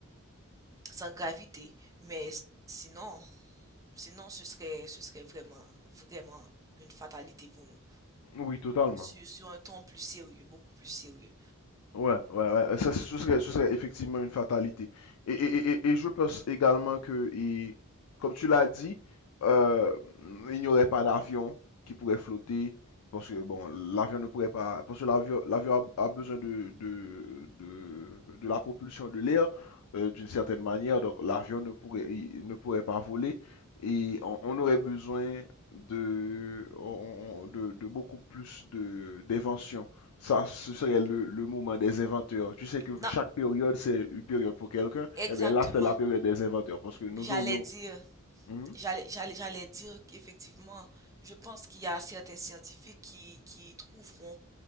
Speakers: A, on the right; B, on the left.
A: sans gravité. Mais sinon, sinon, ce serait, ce serait vraiment, vraiment une fatalité pour nous.
B: mhm. Oui, totalement.
A: Sur, sur un ton plus sérieux, beaucoup plus sérieux.
B: Ouais, ouais, ouais. Ça, ce serait, ce serait effectivement une fatalité. Et, et, et, et je pense également que, et, comme tu l'as dit, euh, il n'y aurait pas d'avion qui pourrait flotter. Parce que, bon, l'avion ne pourrait pas. Parce que l'avion, l'avion a, a besoin de, de, de, de la propulsion de l'air, euh, d'une certaine manière. Donc, l'avion ne pourrait, il ne pourrait pas voler. Et
A: Mhm.
B: on, on aurait besoin de, on- de, de beaucoup plus de, d'inventions ça, ce serait le, le moment des inventeurs. Tu sais que
A: Non,
B: chaque période, c'est une période pour quelqu'un.
A: exactement.
B: Eh bien là, c'est la période des inventeurs parce que nous
A: J'allais
B: aurions...
A: dire,
B: Mhm,
A: j'allais, j'allais, j'allais dire qu'effectivement, je pense qu'il y a certains scientifiques qui, qui trouveront